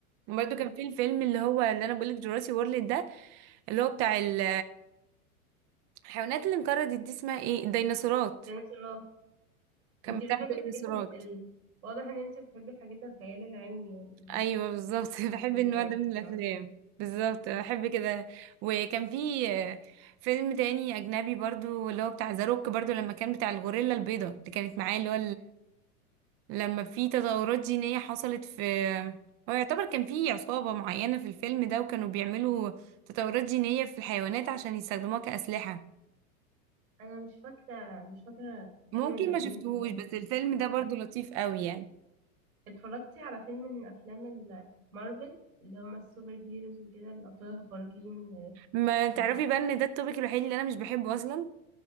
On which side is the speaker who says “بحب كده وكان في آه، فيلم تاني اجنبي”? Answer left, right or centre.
Right